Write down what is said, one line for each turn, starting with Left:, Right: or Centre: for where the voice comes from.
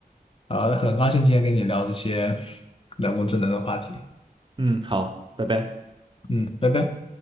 Left: 啊，很高兴今天跟你聊这些 <laughs> 人工智能的话题。
Right: 嗯，好，拜拜。
Left: 嗯，拜拜。